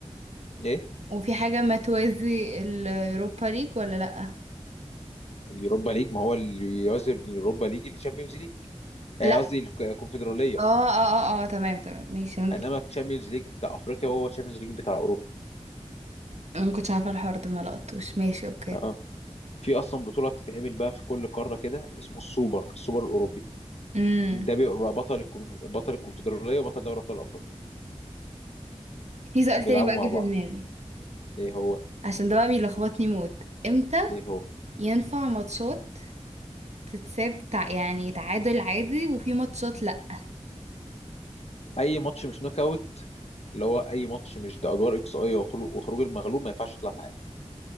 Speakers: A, on the left; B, on the right.
A: ايه
B: وفي حاجة ما توازي اليوروبا ليج ولا لأ
A: اليوروبا ليج ما هو اللي يعزل اليوروبا ليج الشامبيونز ليج آه،
B: لا
A: قصدي الك- الكونفدراليه
B: اه اه اه اه تمام تمام ماشي انا
A: انما الشامبيونز ليج بتاع افريقيا هو الشامبيونز ليج بتاع اوروبا
B: أنا ما كنتش عارفة الحوار ده ما لقطوش ماشي اوكي
A: اه آه. في اصلا بطوله بتتعمل بقى في كل قاره كده اسمه السوبر السوبر الاوروبي
B: امم
A: ده بيبقى بطل الكون... بطل الكونفدراليه وبطل دوري ابطال افريقيا
B: في سؤال
A: بيلعبوا
B: تاني بقى
A: مع
B: جه
A: بعض
B: في دماغي
A: ايه هو
B: عشان ده بقى بيلخبطني موت امتى
A: ايه هو
B: ينفع ماتشات تتساب تع... يعني تعادل عادي وفي ماتشات لا
A: اي ماتش مش نوك اوت اللي هو اي ماتش مش ده ادوار اكس اي وخلو- وخروج المغلوب ما ينفعش يطلع تعادل